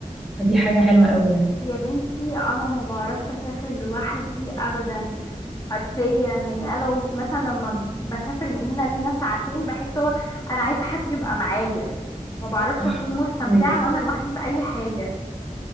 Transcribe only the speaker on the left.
يا بنتي انا ما بعرفش اسافر لوحدي ابدا حرفيا يعني انا لو مثلا لما بسافر من هنا لهنا ساعتين بحس هو انا عايزه حد يبقى معايا ما بعرفش
اكون مستمتعه
وانا لوحدي في اي حاجه